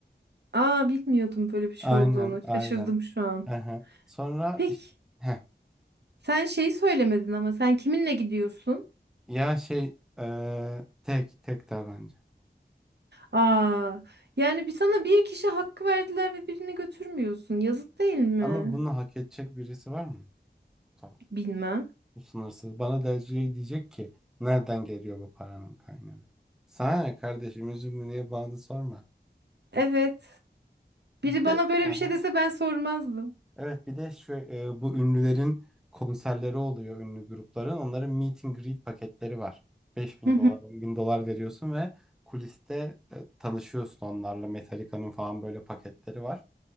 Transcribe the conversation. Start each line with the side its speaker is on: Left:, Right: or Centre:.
Right: Aa bilmiyordum böyle bir şey
Centre: Aynen,
Right: olduğunu.
Centre: aynen.
Right: Şaşırdım şu an.
Centre: Hı hı. Sonra
Right: Peki
Centre: iş- heh,
Right: sen şeyi söylemedin ama sen kiminle gidiyorsun?
Centre: ya şey e, tek tek tabanca.
Right: Aa yani bir sana bir kişi hakkı verdiler ve birini götürmüyorsun. Yazık değil mi?
Centre: Ama bunu hak edecek birisi var mı? Kutsal.
Right: Bilmem.
Centre: Bu sınırsız. Bana da şey diyecek ki nereden geliyor bu paranın kaynağı? Sana ne kardeşim üzümü niye bağını sorma.
Right: Evet. Biri
Centre: Bir
Right: bana
Centre: de
Right: böyle bir
Centre: aha,
Right: şey dese ben sormazdım.
Centre: evet bir de şu e, bu ünlülerin konserleri oluyor ünlü grupların. Onların meet and greet paketleri var. beş bin
Right: Hı hı.
Centre: dolar 10 bin dolar veriyorsun ve kuliste e, tanışıyorsun onlarla. Metallica'nın falan böyle paketleri var.